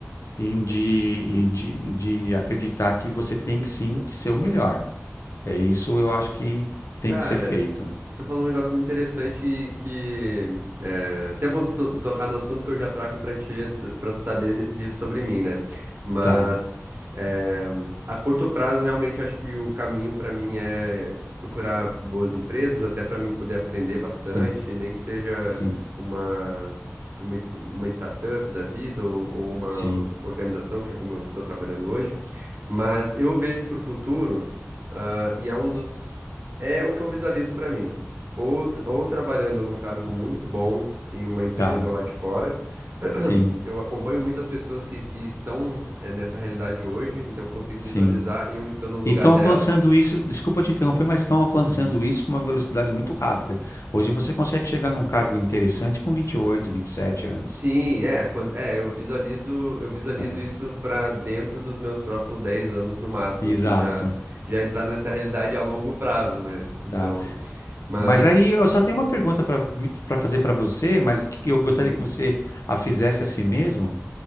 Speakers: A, on the left (about 80°); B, on the right (about 45°).
A: em de, de, de acreditar que você tem que sim que ser o melhor. É isso eu acho que tem
B: Cara,
A: que ser feito.
B: tu falou um negócio muito interessante e que é, até é bom tu tocar no assunto que eu já trago pra ti, tu- pra tu saber de- disso sobre mim, né? Mas
A: Tá,
B: é, a curto prazo, realmente acho que o caminho pra mim é procurar boas empresas, até pra mim poder aprender bastante,
A: sim,
B: nem que seja
A: sim,
B: uma uma, es- uma startup da vida ou, ou uma
A: sim.
B: organização, que é como eu tô trabalhando hoje. Mas eu vejo pro futuro. Ah, e é um dos. É o que eu visualizo pra mim. Ou, t- ou trabalhando num cargo muito bom em uma empresa
A: Tá,
B: lá de fora. <clears throat>
A: sim,
B: Eu acompanho muitas pessoas que, que estão eh, nessa realidade hoje, então eu consigo
A: sim.
B: visualizar eu estando no lugar
A: E Estão
B: delas.
A: alcançando isso, desculpa te interromper, mas estão alcançando
B: Uhum.
A: isso com uma velocidade muito rápida. Hoje você consegue chegar num cargo interessante com vinte vinte e oito vinte e sete anos.
B: Sim, é, quando, é, eu visualizo, eu visualizo
A: né?
B: isso pra dentro dos meus próximos 10 anos no máximo,
A: Exato,
B: assim, já já entrar nessa realidade a longo prazo, né? Então,
A: tá.
B: mas
A: Mas aí eu só tenho uma pergunta para para fazer para você, mas que eu gostaria
B: uhum,
A: que você a fizesse a si mesmo.